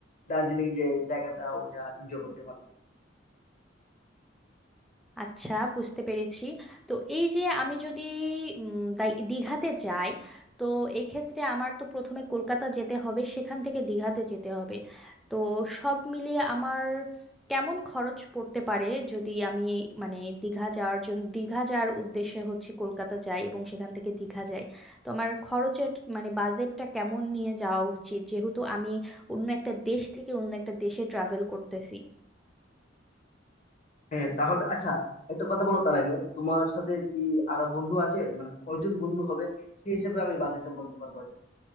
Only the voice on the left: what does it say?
দার্জিলিং যে জায়গাটা ওটা এনজয় করতে পারবে
হ্যাঁ তাহলে আচ্ছা একটা কথা বলো তার আগে তোমার সাথে কি আরো বন্ধু আছে মানে কয়জন বন্ধু হবে সেই হিসেবে আমি বাজেটটা বলতে পারবো আর কি।